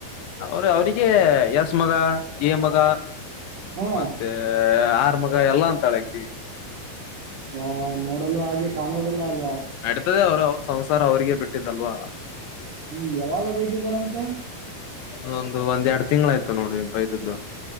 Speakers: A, on the left; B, on the right.
A: ಅವ್ರ ಅವ್ರಿಗೆ ಎಸ್ ಮಗ ಏ ಮಗ
B: ಹಾ
A: ಮತ್ತೆ ಆರ್. ಮಗ ಎಲ್ಲಾ ಅಂತಳೆ ಹಾಕಿ.
B: ಹಾ ನೋಡಲು ಹಾಗೆ ಕಾಣೋದಿಲ್ಲ ಅಲ್ಲ
A: ನಡ್ತದೆ ಅವ್ರು ಅವ್ರ ಸಂಸಾರ ಅವ್ರಿಗೆ ಬಿಟ್. ಇಟ್ಟಿದ್ದಲ್ವಾ
B: ಹ್ಮ್ ಯಾವಾಗ ಬೈದಿದಾರಂತೆ
A: ಹ್ಮ್ ಒಂದ್ ಒಂದು ಎರಡು ತಿಂಗ್ ಆಯ್ತ್ ನೋಡಿ ಬೈ. <unintelligible>